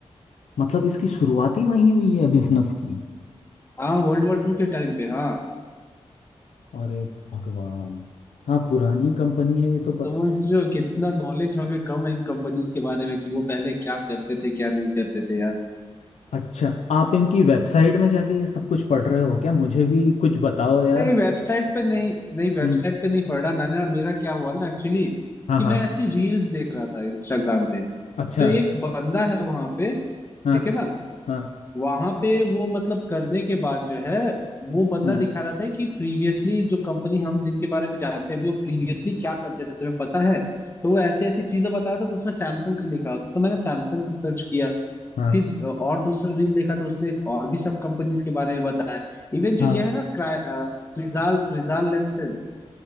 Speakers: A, on the left; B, on the left.
A: मतलब इसकी शुरुआत ही वहीं हुई है बिजनेस की
B: हाँ वर्ल्ड वॉर टू के टाइम पे हाँ
A: अरे भगवान हाँ पुरानी कंपनी है ये तो पता
B: समझ रहे हो कितना नॉलेज हमें कम है इन कंपनीज के बारे में कि वो पहले क्या करते थे क्या नहीं करते थे यार
A: अच्छा आप इनकी वेबसाइट में जाके ये सब कुछ पढ़ रहे हो क्या मुझे भी कुछ बताओ यार
B: नहीं वेबसाइट पे नहीं नहीं वेबसाइट
A: हम्म
B: पे नहीं पढ़ा मैंने मेरा क्या हुआ ना एक्चुअली
A: हाँ
B: कि
A: हाँ
B: मैं ऐसी रील्स देख रहा था इंस्टाग्राम पे
A: अच्छा
B: तो एक बंदा है वहां पे
A: हाँ
B: ठीक है ना
A: हाँ
B: वहां पे वो मतलब करने के बाद जो है वो बंदा
A: हम्म
B: दिखा रहा था कि प्रीवियसली जो कंपनी हम जिनके बारे में जानते हैं अभी वो प्रीवियसली क्या करते थे तुम्हें पता है तो वो ऐसे ऐसी चीजें बता रहा था तो उसमें सैमसंग का लिखा होता तो मैंने सैमसंग का सर्च किया
A: हाँ
B: फिर अ, और दूसरा रील देखा तो उसने और भी सब कंपनीज के बारे में बताया इवन जो
A: हाँ
B: ये है ना क्रा- अ, क्रिजाल क्रिजाल लेंसेज